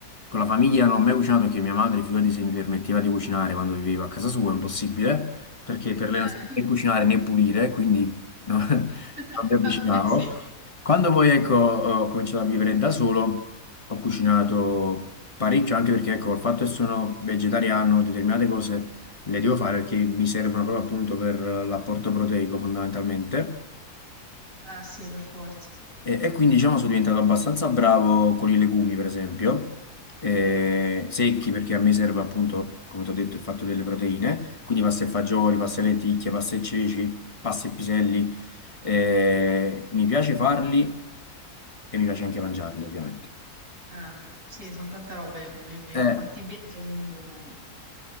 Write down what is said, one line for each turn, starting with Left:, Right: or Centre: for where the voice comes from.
Left: Con la famiglia non ho mai cucinato perché mia madre, figurati se mi permetteva di cucinare quando vivevo a casa sua, è impossibile, perché per lei
Right: Eh,
Left: non sapevo né cucinare né pulire, quindi no, <laughs> non
Right: <laughs>
Left: mi avvicinavo.
Right: eh sì.
Left: Quando poi ecco, ho cominciato a vivere da solo, ho cucinato parecchio, anche perché ecco, il fatto che sono vegetariano, determinate cose le devo fare perché mi servono proprio appunto per l'apporto proteico fondamentalmente.
Right: Ah sì, per forza.
Left: E, e quindi diciamo sono diventato abbastanza bravo con i legumi, per esempio, eh, secchi perché a me serve appunto, come ti ho detto, il fatto delle proteine, quindi pasta e fagioli, pasta e lenticchie, pasta e ceci, pasta e piselli, eh, mi piace farli e mi piace anche mangiarli, ovviamente.
Right: Ah, sì, sono tante robe le legumi, è vero.
Left: Eh,
Right: Fatti bene, sono buoni.